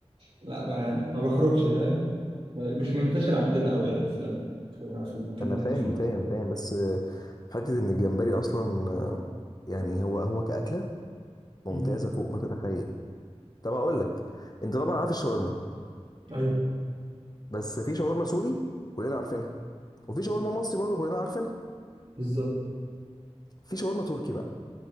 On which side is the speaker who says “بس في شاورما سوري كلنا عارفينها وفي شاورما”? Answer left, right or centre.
Left